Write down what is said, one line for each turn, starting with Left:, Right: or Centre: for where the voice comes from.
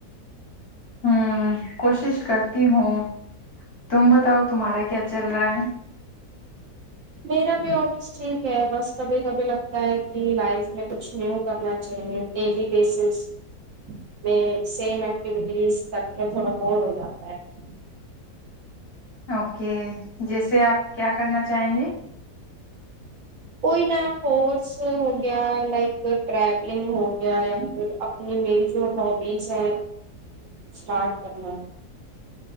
Left: ہوں کوشش کرتی ہوں تم بتاؤ تمہارا کیا چل رہا ہے
Right: میرا بی بس ٹھیک ہے بس کبھی کبھی لگتا ہے کہ لائف میں کچھ نیو کرنا چاہیے ڈیلی بیسس میں سیم ایکٹیویٹیز س تھوڑا بور ہو جاتا آ <inaudible>
Left: اوکے جیسے آپ کیا کرنا چاہیں گے
Right: کوئی نہ کورس ہو گیا لائک ہو گیا اپنی میری باڈی سے سٹارٹ کرنا ہے